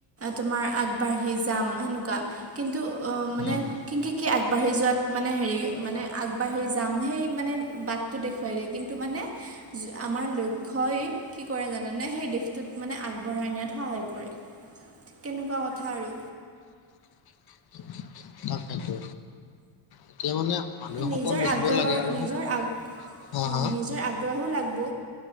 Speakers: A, on the right (about 30°); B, on the left (about 50°).
A: তোমাৰ আগবাঢ়ি যাম সনেকুৱা কি? টো অ মানে
B: উম
A: কিন কি-কি আগবাঢ়ি যোৱাত মানে হেৰি মানে আগবাঢ়ি যাম সেই মানে বাটটো দেখুৱাই দিয়ে। কিন্তু মানে আমাৰ লক্ষ্যই কি কৰে জানোনে সেই দেশটোত মানে আগবঢ়াই নিয়াত সহায় কৰে। ঠিক তেনেকুৱা কথা আৰু
B: <inaudible> তাক সেইতো এতিয়া মানে মানুহে
A: নিজৰ
B: সপোন দেখিব
A: আগ্ৰহৰ
B: লাগে আৰু
A: নিজৰগ
B: সপ হা
A: অ'
B: হা
A: নিজৰ আগ্ৰহো লাগিব।